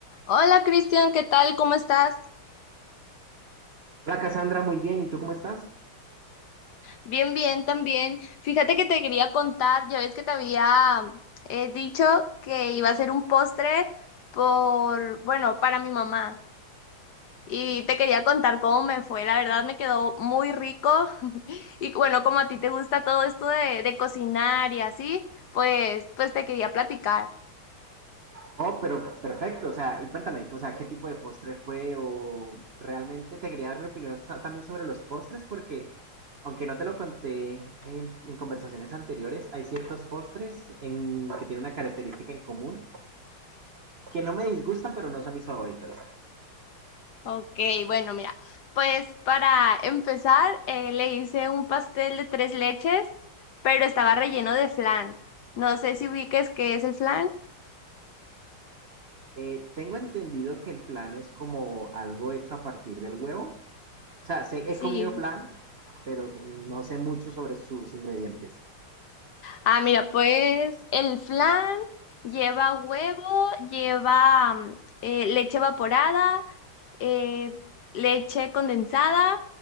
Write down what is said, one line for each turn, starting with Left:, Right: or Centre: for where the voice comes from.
Left: Hola Cristian, ¿qué tal? ¿Cómo estás?
Right: Hola Cassandra, muy bien. ¿Y tú cómo estás?
Left: Bien, bien, también. Fíjate que te quería contar, ya ves que te había eh, dicho que iba a hacer un postre por, bueno, para mi mamá. Y te quería contar cómo me fue. La verdad me quedó muy rico. <laughs> Y bueno, como a ti te gusta todo esto de, de cocinar y así, pues, pues te quería platicar.
Right: Oh, pero perfecto. O sea, y cuéntame, o sea, ¿qué tipo de postre fue? O realmente te quería dar mi opinión sa- también sobre los postres, porque aunque no te lo conté en, en conversaciones anteriores, hay ciertos postres en- que tienen una característica en común que no me disgustan, pero no son mis favoritos.
Left: Ok, bueno, mira, pues para empezar, eh, le hice un pastel de tres leches, pero estaba relleno de flan. No sé si ubiques qué es el flan.
Right: Eh, tengo entendido que el flan es como algo hecho a partir del huevo. O sea, sé,
Left: Sí.
Right: he comido flan, pero no sé mucho sobre sus ingredientes.
Left: Ah, mira, pues el flan lleva huevo, lleva mm, eh, leche evaporada, eh, leche condensada,